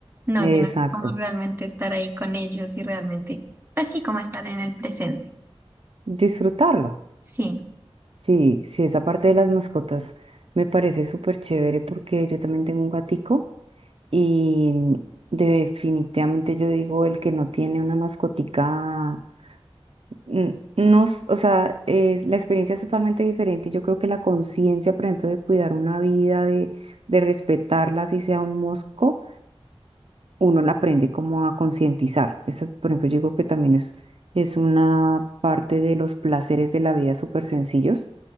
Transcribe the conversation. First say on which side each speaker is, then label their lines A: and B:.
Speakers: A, on the right; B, on the right.
A: No,
B: Exacto.
A: sino que como realmente estar ahí con ellos y realmente, pues sí, como estar en el presente.
B: Disfrutarlo.
A: Sí.
B: Sí, sí, esa parte de las mascotas me parece súper chévere porque yo también tengo un gatico. Y definitivamente yo digo, el que no tiene una mascotica, n- no, s- o sea, es, la experiencia es totalmente diferente. Yo creo que la conciencia, por ejemplo, de cuidar una vida, de, de respetarla, si sea un mosco, uno la aprende como a concientizar. Eso, por ejemplo, yo digo que también es, es una parte de los placeres de la vida súper sencillos.